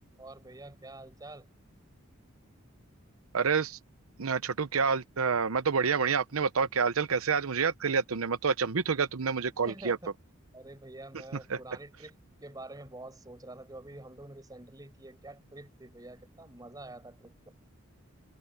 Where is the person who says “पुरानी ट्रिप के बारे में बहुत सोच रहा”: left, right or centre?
Right